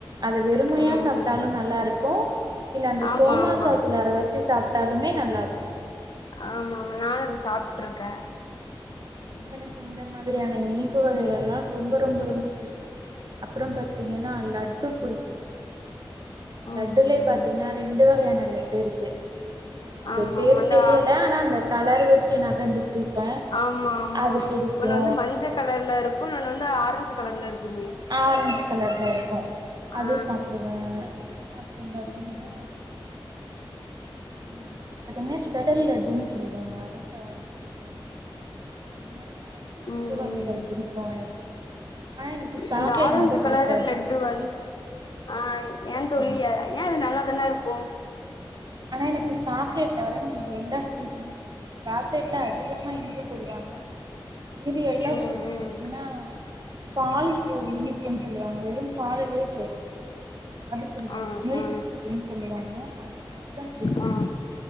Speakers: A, on the right; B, on the left.
A: அத வெறுமையா
B: ம் ம்
A: சாப்ட்டாலு நல்லா இருக்கு இல்ல அந்த
B: ஆமா
A: சோமாசா
B: ஆமா ஆமா
A: குள்ளார வச்சு சாப்ட்டாலுமே நல்லா இருக்கு
B: ஆமா ஆமா நானு அது சாப்ட்ருக்கே ம்
A: எனக்கு இந்த மாதிரியான இனிப்பு வகைகள்லா ரொம்ப ரொம்ப ரொம்ப புடிக்கு அப்புறோம் பாத் தீங்கன்னா
B: ம்
A: லட்டு புடிக்கு ஆ
B: ம்
A: லட்டுலே பாத்தீங்கன்னா ரெண்டு வகையான லட்டு இருக்கு அ அது
B: ஆமா
A: பேரு
B: ஆமா இந்தா
A: தெரியல ஆனா அந்த கலர் வச்சு நா கண்டுபிடிப்பே
B: ஆமா ஆமா
A: அது பிடிக்கு
B: ஒன்னு வந்து மஞ்சள் கலர்ல இருக்கு இன்னொன்னு வந்து ஆரஞ்சு கலர்ல இருக்குமே
A: ஆரஞ்ச் கலர்ல இருக்கு அது
B: ஆ
A: சாப்டுவே அப்புறோ பாத்திங்கன்னா
B: ம்
A: அ அது பாத்தீங்ன்னா ஸ்பெஷல் லட்டுன் சொல்லுவாங்க அது ச அது புடிக்கு அந்த மாரி நெறைய இனிப்பு
B: ம்
A: வகைகள்
B: ம்
A: புடிக்கு எனக்கு ஆனா எனக்கு சாக்லேட்
B: அந்த ஆரஞ்சு
A: மட்டு
B: கலரு
A: புடிக்காது
B: லெட்டு வந் ஆ
A: ம்
B: ஏ தோழி
A: சொல்லுங்க
B: அ ஏ அது நல்லாதான இருக்கு
A: ஆனா எனக்கு சாக்லேட் தவர மீதி எல்லா ஸ்வீட்டுமே பிடிக் இப்போ சாக்லேட்ல அதிகமா இனிப்பு போடுவாங்க மீதி எல்லா
B: ம்
A: ஸ்வீட்டயு
B: ம்
A: பாத்தீங்ன்னா பால் அ இனிப்புன் சொல்லுவாங்க வெறும் பாலுலே செய்றது அது பிடிக்கும்
B: ஆ
A: மில்க்
B: ஆ
A: ஸ்வீட்டுன் சொல்லுவாங்க அது ல அதுதான் பிடிக்கு
B: ஆ
A: எனக்கு